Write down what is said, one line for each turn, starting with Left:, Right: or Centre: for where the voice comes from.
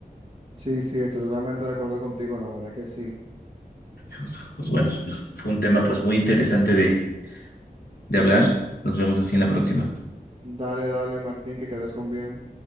Right: Sí, sí, estoy totalmente de acuerdo contigo, la verdad que sí.
Left: Pues, pues bueno, esto fue un tema pues muy interesante de, de hablar. Nos vemos así en la próxima.
Right: Dale, dale, Martín, que quedes con bien.